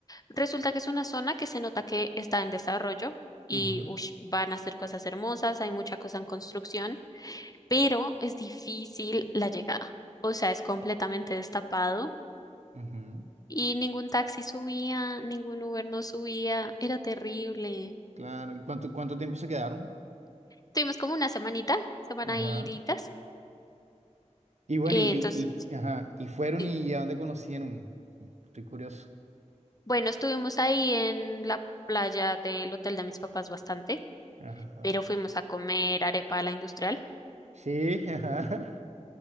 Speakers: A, on the left (about 30°); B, on the right (about 70°).
A: Resulta que es una zona que se nota que está en desarrollo y
B: Ujú,
A: ush, van a hacer cosas hermosas, hay mucha cosa en construcción, pero es difícil la llegada. O sea, es completamente destapado
B: ujú,
A: Y ningún taxi subía, ningún Uber no subía, era terrible.
B: Claro. ¿Y cuánto, cuánto tiempo se quedaron?
A: Tuvimos como una semanita, semana
B: Ajá.
A: iritas.
B: Y bueno,
A: eh,
B: y, y-
A: entonces, sí,
B: y- ajá. ¿Y fueron
A: sí.
B: y a dónde conocieron? Estoy curioso.
A: Bueno, estuvimos ahí en la playa del hotel de mis papás bastante,
B: Ajá.
A: pero fuimos a comer arepa a la industrial.
B: Sí, <laughs> ajá.